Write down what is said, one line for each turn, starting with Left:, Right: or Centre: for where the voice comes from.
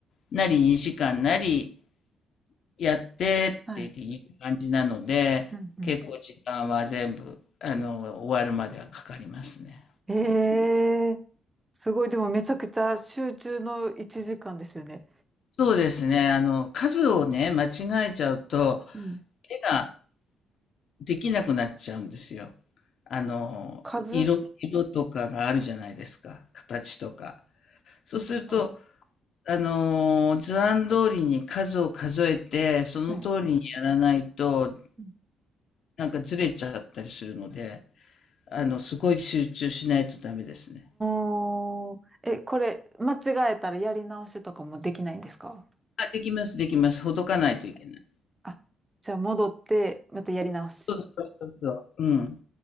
Left: なり2時間なり、やってっていう感じなので、
Right: はい。うん。うん。
Left: 結構時間は全部、あの、終わるまではかかりますね。
Right: ええ、すごい。でもめちゃくちゃ集中の1時間ですよね。
Left: そうですね。あの、数をね、間違えちゃうと、
Right: うん。
Left: 絵ができなくなっちゃうんですよ。あの、
Right: 数、
Left: 色、色とかがあるじゃないですか。形とか。そうすると、
Right: はい。
Left: あの、図案通りに数を数えて、その通りにやらないと、
Right: はい。うん
Left: なんかずれちゃったりするので、あの、すごい集中しないとダメですね。
Right: おー。え、これ、間違えたらやり直しとかもできないんですか
Left: あ、できます、できます。ほどかないといけない。
Right: あ、じゃあ戻って、またやり直し。
Left: そうそうそうそう。うん。